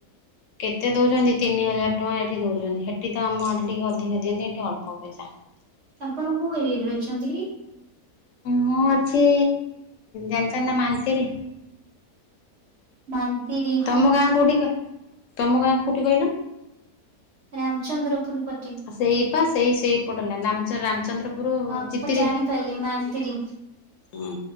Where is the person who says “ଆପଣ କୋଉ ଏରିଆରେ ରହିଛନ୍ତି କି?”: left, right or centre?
Right